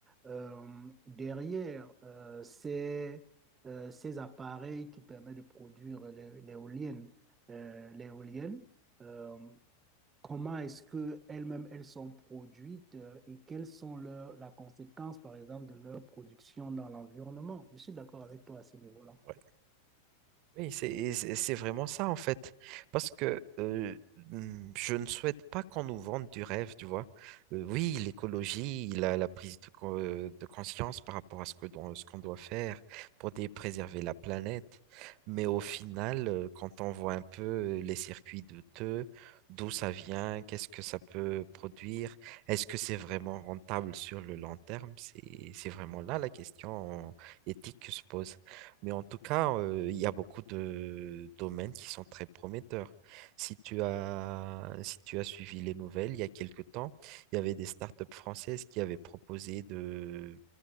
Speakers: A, on the right; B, on the right.
A: euh, derrière euh, ces, euh, ces appareils qui permettent de produire l'é- l'éolienne. Euh, l'éolienne, euh, Comment est-ce que elles-mêmes elles sont produites euh, et quelles sont leurs la conséquence par exemple de leur production dans l'environnement? Je suis d'accord avec toi à ce niveau-là.
B: Oui. Oui, c'est c'est- c'est vraiment ça en fait. Parce que euh, mm, je ne souhaite pas qu'on nous vende du rêve, tu vois. Euh, oui, l'écologie, la, la prise de, co- euh, de conscience par rapport à ce que, don- ce qu'on doit faire pour dé- préserver la planète. Mais au final, euh, quand on voit un peu les circuits de douteux, d'où ça vient, qu'est-ce que ça peut produire, est-ce que c'est vraiment rentable sur le long terme? C'est, c'est vraiment là la question éthique que se pose. Mais en tout cas, euh, il y a beaucoup de domaines qui sont très prometteurs. Si tu as, si tu as suivi les nouvelles, il y a quelque temps, il y avait des startups françaises qui avaient proposé de,